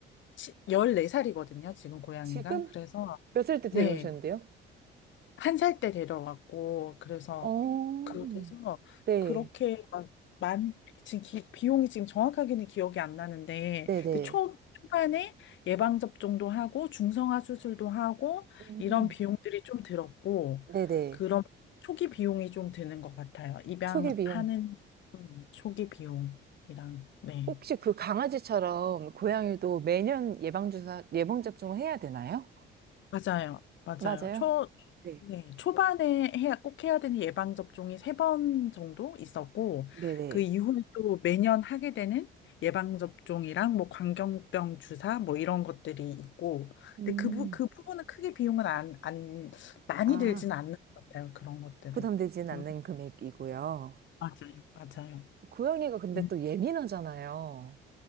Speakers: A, on the left; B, on the right.
A: 시- 14살이거든요, 지금 고양이가.
B: 지금
A: 그래서,
B: 몇 살 때 데려오셨는데요?
A: 네. 한 살 때 데려왔고 그래서
B: 어,
A: 그래서
B: 네.
A: 그렇게 막 만 지금 기- 비용이 지금 정확하게는 기억이 안 나는데
B: 네네.
A: 근데 초 초반에 예방 접종도 하고 중성화 수술도 하고
B: 음.
A: 이런 비용들이 좀 들었고
B: 네네.
A: 그런 초기 비용이 좀 드는 것 같아요 입양하는
B: 초기 비용.
A: 음, 초기 비용이랑 네.
B: 혹시 그 강아지처럼 고양이도 매년 예방주사, 예방접종을 해야 되나요?
A: 맞아요. 맞아요.
B: 맞아요.
A: 초,
B: 네.
A: 네, 초반에 해야, 꼭 해야 되는 예방접종이 세 번 정도 있었고,
B: 네네.
A: 그 이후에 또 매년 하게 되는 예방접종이랑 뭐 광견병 주사 뭐 이런 것들이 있고,
B: 음.
A: 근데 그, 부, 그 부분은 크게 비용은 안, 안, 많이
B: 아,
A: 들지는 않는 것 같아요. 그런 것들은.
B: 부담되진 않는
A: 음,
B: 금액이고요.
A: 맞아요. 맞아요.
B: 고양이가 근데
A: 음,
B: 또 예민하잖아요.